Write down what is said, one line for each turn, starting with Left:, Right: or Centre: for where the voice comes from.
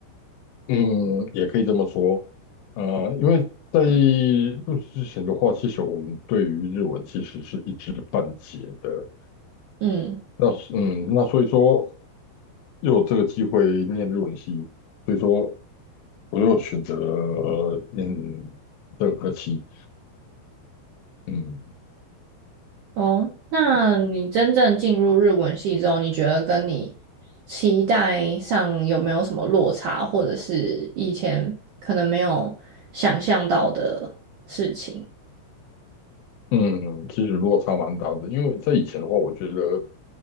Left: 嗯，也可以这么说，呃，因为在入职之前的话，其实我们对于日文其实是一知半解的。
Right: 嗯。
Left: 那是嗯，那所以说又有这个机会念日文系，所以说我又选择了念这个科系。嗯
Right: 哦，那你真正进入日文系之后，你觉得跟你期待上有没有什么落差，或者是以前可能没有想象到的事情？
Left: 嗯，其实落差蛮大的，因为在以前的话，我觉得